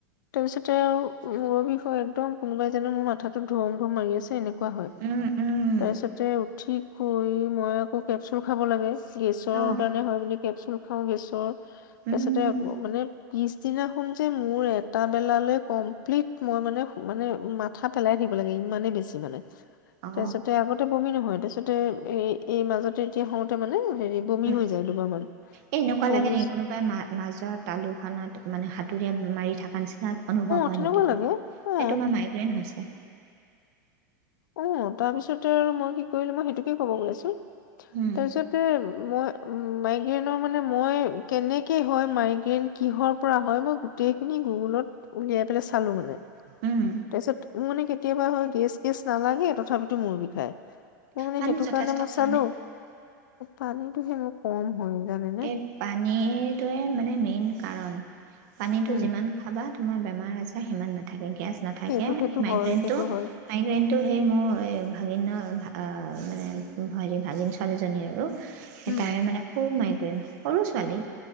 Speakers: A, on the left; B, on the right.
A: তাৰপিছতে আৰু মোৰৰ বিষ হৈ একদম কোনোবাই জানো মোৰ মাথাতো ধুম-ধুম মাৰি আছে। এনেকুৱা কোৱা হয়,
B: উম উম
A: তাৰপিছতে ঠিক কৰি মই আকৌ কেপচুল খাব লাগে। গেছৰ
B: অ
A: কাৰণে হয় বুলি কেপচুল খাওঁ গেছ। তহ',
B: উম
A: তাৰপিছতে আকৌ মানে, <unintelligible> পিছদিনাখন যে মোৰ এটা বেলালৈ কমপ্লিট মই মানে-মানে মাথা পেলাই থাকিব লাগে ইমানেই বেছি মানে।
B: অ
A: তাৰপিছতে আগতে বমি নহয়। তাৰ তাৰিছতে এই এই মাজতে এতিয়া হওঁতে মানে হেৰি বমি
B: উম
A: হৈ যায় দুবাৰমান
B: এ এনেকুৱা
A: বমি
B: লাগে নেকি কোনোবাই ম মাজত তালুখনত মানে সাঁতুৰি মাৰি থকা নিচিনা ত অনুভৱ
A: অ
B: হয়
A: তেনেকুৱা
B: নেকি বাৰ
A: লাগে অ
B: এই তোমাৰ মাইগ্ৰেইন হৈছে
A: অ তাৰপিছতে আৰু মই কি কৰিলো ম সেইটোকে কবছো
B: উম
A: তাৰপিছ মই মেইনৰ মানে মই কেনেকে হয় মেইন কিহৰ পৰা হয় মই গোিন গুগল উলিয়াই পেল চো মানোৰ
B: উম
A: মানে কেতিাবা হয়ে নালাগে তথাপিতো মূোৰ বিষায় ম মানে
B: পানী
A: সেইটো
B: যথেষ্ট
A: কাৰণে মই
B: খোৱানে
A: চালো পানীতো সে মোৰ কম হয় জানেনে
B: এই পানীটোয়ে মানে মেইন কাৰণ পানীতটো
A: উম
B: যিমান খাবা তোমাৰ বেমাৰ আজাৰ সিমান নাথাকে পিঁাজ নাথাকে
A: সেইটো সেইটো
B: এই মাইগ্ৰেইনটো
A: হয় সেইটো হয়
B: মাইগ্ৰেইনটো সেই মোৰ ভাগিন্য মানে ভৰি ভাগিন ছোৱালিজনী আৰু এ
A: উম,
B: তাই মানে খুব মাই সৰু ছোৱালী